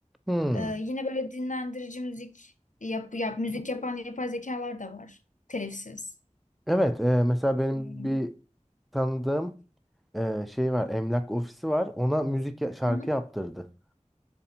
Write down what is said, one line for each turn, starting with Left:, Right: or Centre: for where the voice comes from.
Centre: Hmm.
Left: Ee, yine böyle dinlendirici müzik yap, yap müzik yapan yapay zekalar da var. Telifsiz.
Centre: Evet. eee, mesela benim
Left: Hmm.
Centre: bir tanıdığım eee, şey var. Emlak ofisi var. Ona müzik ya- şarkı
Left: Hı hı.
Centre: yaptırdı.